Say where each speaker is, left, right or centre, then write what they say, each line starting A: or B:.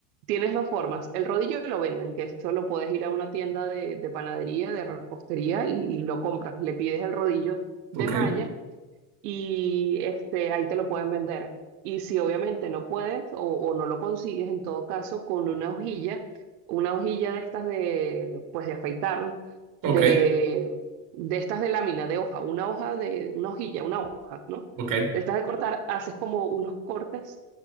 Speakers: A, on the right; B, on the right.
A: Tienes dos formas. El rodillo lo venden, que eso lo puedes ir a una tienda de, de panadería, de repostería y, y lo compras. Le pides el rodillo de
B: Ok,
A: malla y este, ahí te lo pueden vender. Y si obviamente no puedes o, o no lo consigues, en todo caso, con una hojilla, una hojilla de estas de, pues de afeitar,
B: ok,
A: de, de estas de lámina, de hoja, una hoja de, una hojilla, una hoja, ¿no?
B: ok.
A: De estas de cortar, haces como unos cortes